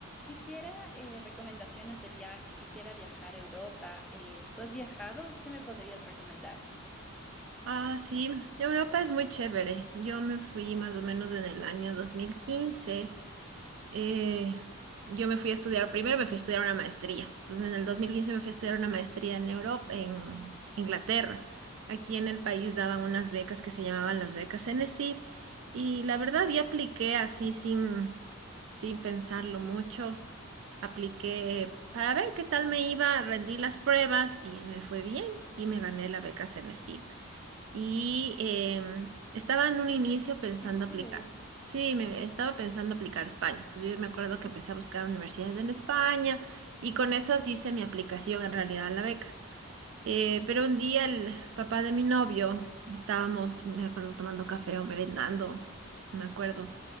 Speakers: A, in the centre; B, on the right (about 60°).
A: Quisiera eh, recomendaciones de viaje, quisiera viajar a Europa. Eh, ¿tú has viajado? ¿Qué me podrías recomendar?
B: Ah, sí, Europa es muy chévere. Yo me fui más o menos en el año 2015. eh, yo me fui a estudiar, primero me fui a estudiar una maestría. Entonces en el 2015 me fui a estudiar una maestría en Europa, en Inglaterra. Aquí en el país daban unas becas que se llamaban las becas enesid y la verdad yo apliqué así sin, sin pensarlo mucho. Apliqué para ver qué tal me iba, rendí las pruebas y me fue bien y me gané la beca CNESID y em, estaba en un inicio pensando
A: Qué chévere.
B: aplicar. Sí, me estaba pensando aplicar a España. Entonces yo me acuerdo que empecé a buscar universidades en España y con esas hice mi aplicación en realidad a la beca. Eh, pero un día el papá de mi novio, estábamos, me acuerdo, tomando café o merendando, me acuerdo